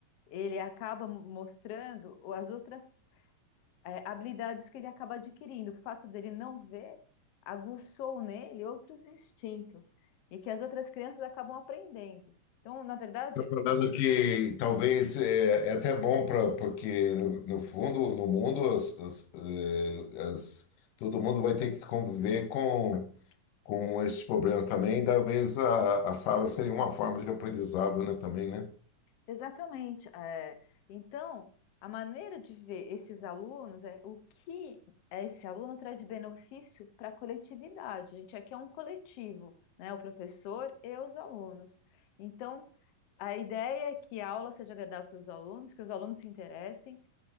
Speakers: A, on the left; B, on the left.
A: ele acaba mostrando as outras eh, habilidades que ele acaba adquirindo. O fato dele não ver aguçou nele outros instintos e que as outras crianças acabam aprendendo. Então, na verdade,
B: Falando
A: o
B: que talvez é, é até bom para porque no, no fundo no mundo as, as, eh, as- todo mundo vai ter que conviver com com esses problemas também. Talvez a, a sala seria uma forma de aprendizado, né? Também, né?
A: Exatamente. É, então, a maneira de ver esses alunos é o que esse aluno traz de benefício para a coletividade. A gente aqui é um coletivo, né? O professor e os alunos. Então, a ideia é que a aula seja agradável para os alunos, que os alunos se interessem,